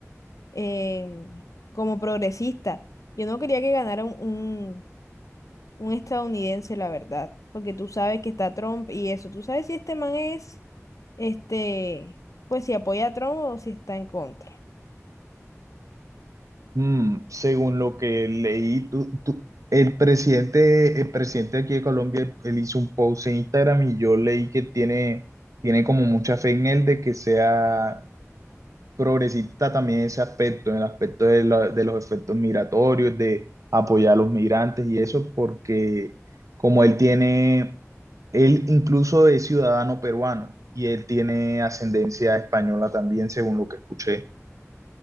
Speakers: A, on the left (about 80°); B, on the right (about 80°).
A: em, como progresista. Yo no quería que ganara un, un un estadounidense, la verdad, porque tú sabes que está Trump y eso, tú sabes si este man es, este, pues si apoya a Trump o si está en contra.
B: mm, según lo que leí, tú, tú- el presidente, el presidente aquí de Colombia, él hizo un post en Instagram y yo leí que tiene, tiene como mucha fe en él de que sea progresista también en ese aspecto, en el aspecto de, la- de los efectos migratorios, de apoyar a los migrantes y eso, porque como él tiene, él incluso es ciudadano peruano y él tiene ascendencia española también, según lo que escuché.